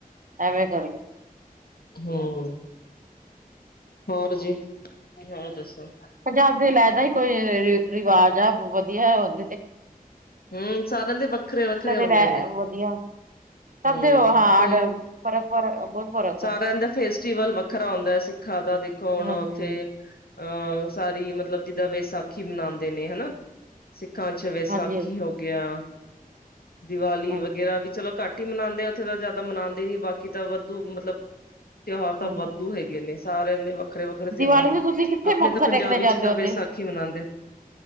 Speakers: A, on the right; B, on the left.
A: ਐਵੇ ਕਰ
B: ਹੂੰ, ਹੋਰ ਜੀ? ਹੋਰ ਦੱਸੋ?
A: ਪੰਜਾਬ ਦੇ ਅਲੈਦਾ ਹੀ ਕੋਈ ਰਿਵਾਜ ਆ, ਵਧੀਆ ਹੋਂਦੇ ਨੇ।
B: ਹੂੰ, ਸਾਰਿਆਂ ਦੇ ਵੱਖਰੇ-ਵੱਖਰੇ
A: ਦੇ
B: ਹੁੰਦੇ
A: ਰਹਿ
B: ਨੇ।
A: ਵਧੀਆ।
B: ਹੂੰ,
A: ਸਭ ਦੇ ਹਾਂ
B: ਕੋਈ ਨੀ
A: ਫਰਕ ਫਰਕ ਬਹੁਤ ਫ਼ਰਕ
B: ਸਾਰਿਆਂ
A: ਆ
B: ਦਾ ਫੇਸਟੀਵਲ ਵੱਖਰਾ ਹੁੰਦਾ ਅਸੀ ਸਿੱਖਾ ਦਾ ਦੇਖੋ, ਹੁਣ
A: ਹਾਂਜੀ
B: ਉੱਥੇ ਅਹ, ਸਾਰੀ ਮਤਲਬ ਜਿੱਦਾਂ ਵੇਸਾਖੀ ਮਨਾਂਦੇ ਨੇ, ਹਨਾ। ਸਿੱਖਾਂ 'ਚ ਵਿਸਾਖੀ
A: ਹਾਂਜੀ
B: ਹੋਗਿਆ, ਦੀਵਾਲੀ
A: ਹਾਂਜੀ
B: ਵਗੈਰਾ ਵੀ, ਚਲੋ ਘੱਟ ਕੀ ਮਨਾਂਦੇ? ਉੱਥੇ ਤਾਂ ਜਿਆਦਾ ਮਨਾਂਦੇ ਨੀ। ਬਾਕੀ ਤਾਂ ਵਾਧੂ ਮਤਲਬ, ਤਿਉਹਾਰ ਤਾਂ
A: ਹਾਂਜੀ
B: ਵਾਧੂ ਹੈਗੇ ਨੇ। ਸਾਰਿਆਂ ਦੇ ਵੱਖਰੇ-ਵੱਖਰੇ ਤਿਉਹਾਰ,
A: ਦੀਵਾਲੀ ਨੂੰ ਤੁਸੀਂ ਕਿੱਥੇ
B: ਆਪਣੇ
A: ਮੱਥਾ
B: ਤਾਂ ਪੰਜਾਬ
A: ਟੇਕਣੇ
B: ਵਿਚ
A: ਜਾਂਦੇ
B: ਤਾ
A: ਹੁੰਦੇ
B: ਵੇਸਾਖੀ ਮਨਾਂਦੇ।